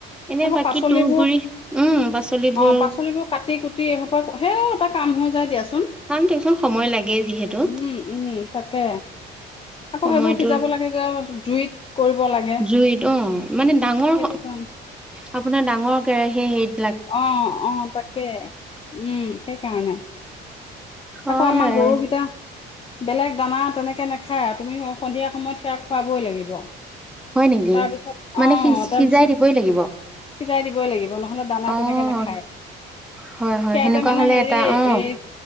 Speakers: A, in the centre; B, on the left.
A: এনে
B: আকৌ
A: বাকী
B: পাচলিবোৰ
A: তুহ গুৰি উম পাচলিবোৰ
B: অ পাচলিবোৰ কাটি কুটি এইসপ সে এটা কাম হৈ যাই দিয়াচোন।
A: কাম দিয়কচোন সময় লাগেই যিহেতু
B: ম উম উম তাকে। আকৌ
A: সময়টো
B: সেইবোৰ সিজাব লাগে জুইত, কৰিব লাগে
A: জুইত অ মানে ডাঙৰ
B: সেইটো কাৰণে
A: আপোনাৰ ডাঙৰ কেৰাহি সী হেত
B: অ অ তাকে উম সেইকাৰণে,
A: হয়,
B: আকৌ আমাৰ গৰুকেইটা বেলেগ দানা তেনেকে নাখায় আৰু তুমি সন্ধিয়া সময়ত সেয়া খোৱাবই লাগিব।
A: হয় নেকি?
B: তাৰপিছত
A: মানে
B: অ
A: সিজ
B: তাৰপিছত
A: সিজাই দিবই লাগিব।
B: সিজাই দিবই লাগিব নহয়। নহলে দানা
A: অ',
B: তেনেকে নাখায়
A: হয়, হয়
B: সেয়াতে
A: সেনেকুৱা
B: মানে
A: হ'লে
B: হেৰি
A: এটা অ',
B: এই